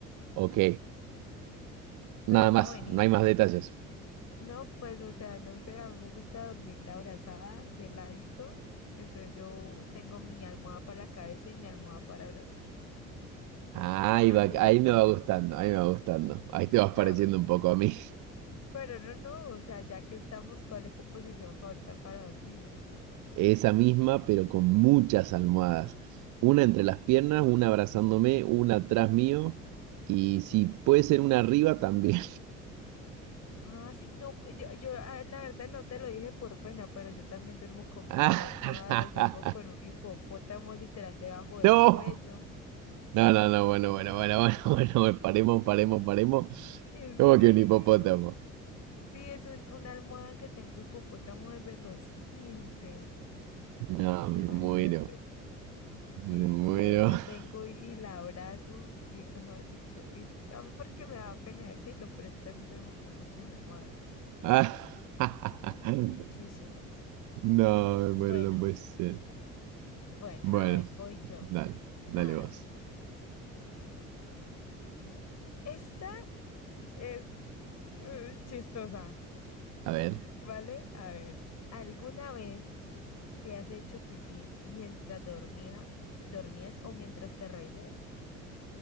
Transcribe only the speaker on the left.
Pero no,
vení,
No, pues, o sea, no sé, a mí me gusta dormir abrazada, de ladito. Entonces yo tengo mi almohada para la cabeza y mi almohada para abrazar.
Así
duermo
yo.
Ah,
pero no, no, o sea, ya que estamos, ¿cuál es tu posición favorita para dormir?
Ah, sí, no, pues, yo, yo ah, la verdad no te lo dije por pena, pero yo también duermo con muchas
almohadas,
duermo con un hipopótamo literal debajo del
cuello.
¿En
serio?
Sí, es un, una almohada que tengo hipopótamo desde los quince
Imagínate,
sí,
y ahí la
tengo y, y la abrazo, y mejor dicho, y a mí porque me da pena decirlo, pero yo también duermo con muchas almohadas,
muchísimas.
Bueno,
bueno,
a ver, voy yo.
A
ver. Esta es eh, chistosa,
¿vale? A ver, ¿Alguna vez te has hecho pipí mientras dormía, dormías o mientras te reías?